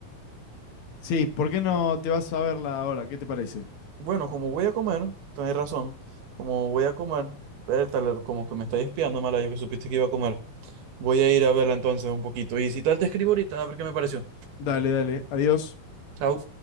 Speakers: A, on the left; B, on the right.
A: Sí, ¿por qué no te vas a verla ahora? ¿Qué te parece?
B: Bueno, como voy a comer, tenés razón, como voy a comer, ver, tal, como que me estáis espiando, mala, yo que supiste que iba a comer, voy a ir a verla entonces un poquito. Y si tal, te escribo ahorita a ver qué me pareció.
A: Dale, dale, adiós.
B: Chao.